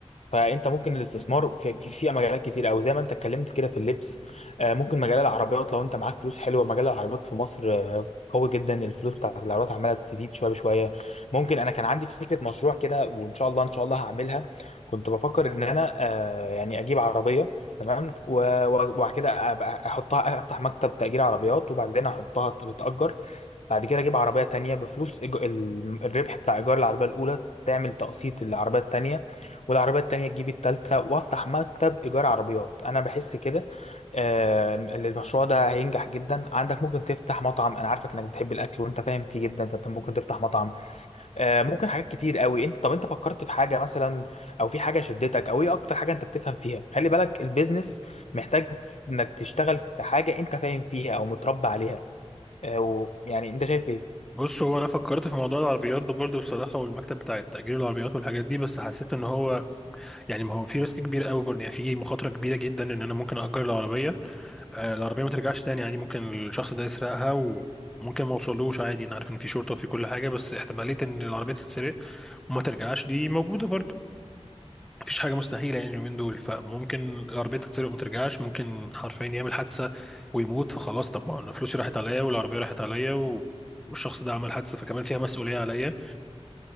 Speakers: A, on the left (about 80°); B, in the centre.
A: فانت ممكن الاستثمار في في, في مجالات كتير او زي ما انت اتكلمت كده في اللبس آه، ممكن مجال العربيات لو انت معاك فلوس حلوه مجال العربيات في مصر آه، قوي جدا الفلوس بتاعت العربيات عماله تزيد شويه بشويه ممكن انا كان عندي فكره مشروع كده وان شاء الله ان شاء الله هعملها كنت بفكر ان انا آه، يعني اجيب عربيه تمام و- و- وبعد كده ابقى احطها افتح مكتب تأجير عربيات وبعدين احطها تتأجر بعد كده اجيب عربيه تانية بفلوس إيج... ال- الربح بتاع ايجار العربيه الاولى تعمل تقسيط للعربيه التانية والعربيه التانية تجيب التالتة وافتح مكتب ايجار عربيات انا بحس كده آه ال- المشروع ده هينجح جدا عندك ممكن تفتح مطعم انا عارفك انك بتحب الاكل وانت فاهم فيه جدا فانت ممكن تفتح مطعم آه ممكن حاجات كتير قوي انت طب انت فكرت في حاجه مثلا او في حاجه شدتك او ايه اكتر حاجه انت بتفهم فيها خلي بالك البيزنس محتاج انك تشتغل في حاجه انت فاهم فيها او متربى عليها آه، و... يعني انت شايف ايه
B: بص هو انا فكرت في موضوع العربيات ده برضه بصراحه والمكتب بتاع التأجير العربيات والحاجات دي بس حسيت ان هو يعني ما هو في ريسك كبير قوي برضه يعني في مخاطره كبيره جدا ان انا ممكن اجر العربيه آه، العربيه ما ترجعش تاني عادي ممكن الشخص ده يسرقها وممكن ما اوصلوش عادي انا عارف ان في شرطه وفي كل حاجه بس احتماليه ان العربيه تتسرق وما ترجعش دي موجوده برضه مفيش حاجه مستحيله يعني اليومين دول فممكن العربيه تتسرق وما ترجعش ممكن حرفيا يعمل حادثه ويموت فخلاص طب ما انا فلوسي راحت عليا والعربيه راحت عليا و... والشخص ده عمل حادثة فكمان فيها مسؤولية عليا